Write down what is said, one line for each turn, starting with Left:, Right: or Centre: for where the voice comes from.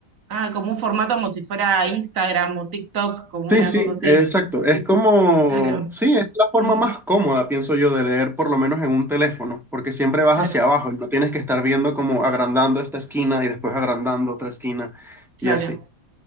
Right: ah, como un formato como si fuera Instagram o TikTok, como
Centre: Sí,
Right: una
Centre: sí,
Right: cosa así.
Centre: exacto. Es como,
Right: Claro,
Centre: sí, es la forma
Right: mm,
Centre: más cómoda, pienso yo, de leer por lo menos en un teléfono, porque siempre vas
Right: claro,
Centre: hacia abajo y no tienes que estar viendo como agrandando esta esquina y después agrandando otra esquina
Right: claro.
Centre: y así.